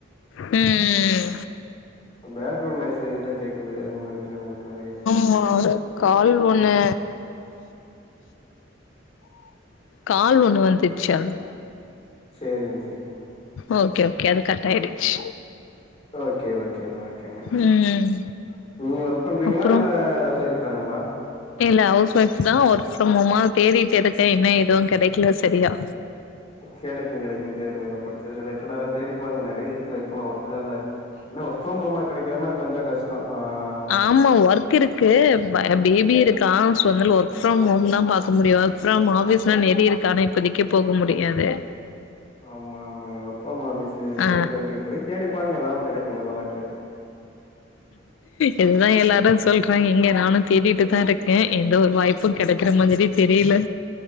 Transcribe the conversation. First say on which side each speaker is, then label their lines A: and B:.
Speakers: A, on the left (about 80°); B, on the left (about 35°).
A: ம்
B: பேக்ரவுண்ட் நாயிஸ்சு எதோ கேக்குது ஆகுனு நெனைக்குறே உங்களுக்கு நெறைய
A: ஆமா ஒரு கால் ஒண்ணு கால் ஒண்ணு வந்துருச்சு அவ்ளோ
B: சேரிங்க சேரிங்க
A: ஓகே ஓகே அது கட் ஆயிடுச்சு
B: ஓகே ஓகேங்க ஓகேங்க
A: ம்
B: நீங்க ஒர்க் பண்றீங்களா
A: அப்புறோ
B: இல்ல ஹவுஸ் ஒய்ஃப் தானுங்களா
A: இல்ல ஹவுஸ் ஒயஃப் தா ஒர்க் ஃப்ரம் ஹோம்மா தேடிட்டு இருக்கே இன்னு எதுவு கெடைக்கல செரியா
B: கெடைக்கு கெடைக்கு தேடுங்க படிச்சது ரிலேட்டடா தேடி பாருங்க நெறைய இருக்குல இப்பெல்லா ஒரு க்காலே என்ன ஒர்க் ஃப்ரம் ஹோமா கெடைக்கறன்னா கொஞ்சோ கஷ்டோ ஆ ம்
A: ஆமாம் ஒர்க் இருக்கு ப பேபி இருக்கா சோ அதனால ஒர்க் ஃப்ரம் ஹோம் தா பாக்க முடியு ஃப்ரம் ஆபீஸ் ல்லா நெறிய இருக்கு ஆனா இப்பதைக்கு போக முடியாதே
B: ஆமா ஆமாங்க ஒர்க் ஃப்ரம் ஆபீஸு
A: ஆ
B: ஓகே ஓகே இப்பதைக்கு தேடி பாருங்க எதாவது ஒன்னு கெடைக்கு நல்லதா கெடைக்கு
A: இதுதா எல்லாரு சொல்றாய்ங்க எங்க நானு தேடிட்டு தா இருக்கே எந்த ஒரு வாய்ப் பு கெடைக்குற மாதிரி தெரியல